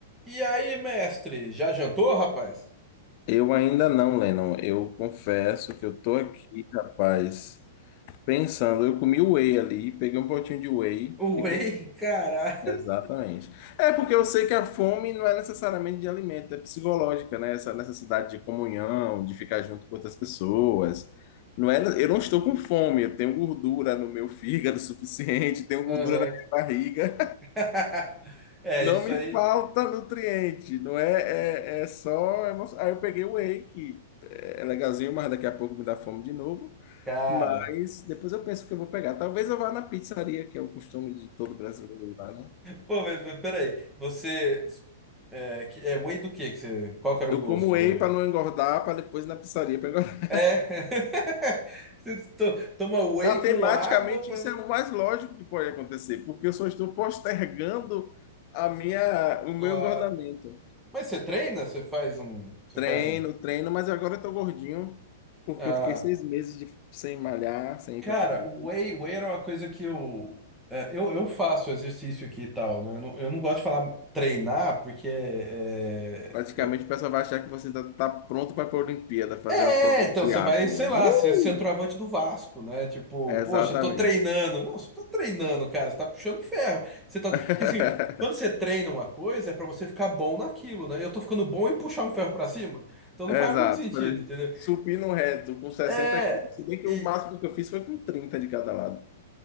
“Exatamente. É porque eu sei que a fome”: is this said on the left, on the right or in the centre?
Left